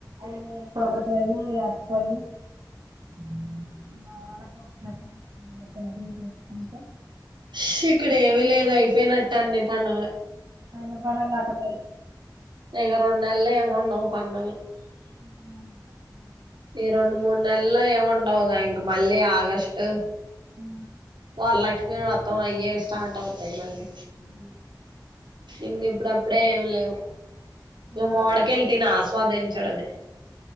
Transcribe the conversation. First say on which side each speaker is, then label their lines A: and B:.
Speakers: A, on the right (about 65°); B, on the right (about 85°).
A: ఆకొబ్బరి కాయ అరటిపండు ఉమ్ వడపప్పు పెసర్లు సందకాడే తెచ్చుకుంటె
B: ష్ ఇక్కడ ఏమి లేదు అయిపోయినట్టన్నీ పండగ
A: అన్ని పండలు అట్టనే
B: ఇగ రెండు నెల్లు ఏం ఉండవు పండగలు
A: <unintelligible>
B: ఈ రెండు మూడు నెలలు ఏముండవుగా ఇంగ మళ్ళీ ఆగస్టు
A: ఆ
B: వర్లక్ష్ మీ వతం అయ్యే స్టార్ట్ అవ్తాయ్ మళ్ళీ
A: ఆ
B: ఇంగ ఇప్పుడప్పుడే ఏమి లేవు మే
A: ఆ.
B: మావ్ డికాయలు తిని ఆస్వాదించడమే